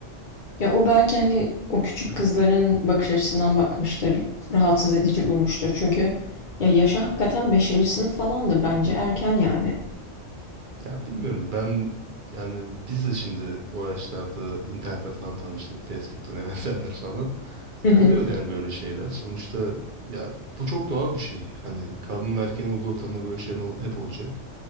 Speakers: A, on the left; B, on the right.
A: Ya o belki hani o küçük kızların bakış açısından bakmıştır, rahatsız edici bulmuştur. Çünkü ya yaşı hakikaten 5. sınıf falandı bence erken yani.
B: Ya bilmiyorum ben yani biz de şimdi o yaşlarda internetle falan tanıştık. Facebook'tur, MSN'dir <laughs> falan.
A: Hı hı.
B: Oluyor yani böyle şeyler. Sonuçta ya bu çok doğal bir şey. Hani kadın ve erkeğin olduğu ortamda böyle şeyler ol- hep olacak.